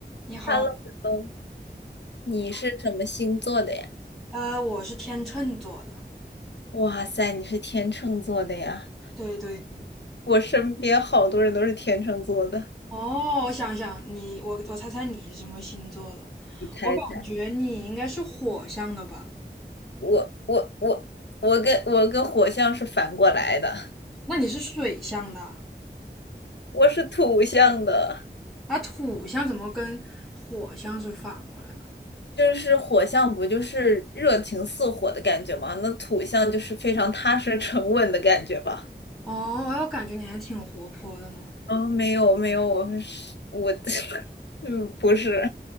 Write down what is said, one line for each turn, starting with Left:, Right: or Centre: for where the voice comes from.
Centre: 你好，
Left: Hello，嗯你是什么星座的呀？
Centre: 你好，呃，我是天秤座的，
Left: 哇塞，你是天秤座的呀！
Centre: 对对。
Left: 我身边好多人都是天秤座的，
Centre: 哦，我想想，你，我我猜猜你是什么星座的？
Left: 你猜一猜？
Centre: 我感觉你应该是火象的吧？
Left: 我我我我跟我跟火象是反过来的，
Centre: 那你是水象的啊，
Left: 我是土象的，
Centre: 那土象怎么跟火象是反过来的呢？
Left: 就是火象不就是热情似火的感觉吗？那土象就是非常踏实沉稳的感觉吧？
Centre: 哦，我感觉你还挺活泼的呢。
Left: 哦，没有没有，我是我，<laughs> 嗯，不是。